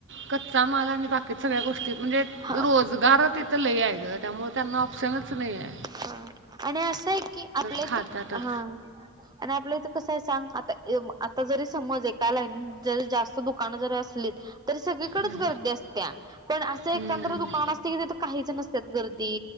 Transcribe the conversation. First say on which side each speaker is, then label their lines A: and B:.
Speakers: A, on the right; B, on the right.
A: कच्चा माल आणि बाकी सगळ्या गोष्टी म्हणजे
B: हा
A: रोजगार तिथं लय आहे ग त्यामुळे त्यांना ऑप्शनच नाहीये
B: हम्म आणि असं आहे की आपल्या
A: खातातच
B: इथ हा आणि आपल्या इथं कसं आहे सांग आता आता जरी समज एकालाईन जरी जास्त दुकाना जरी असतील सगळीकच
A: हं,
B: गर्दी असत्या पण अस
A: हं,
B: एकांदा दुकान असत की काहीच नसतात गर्दी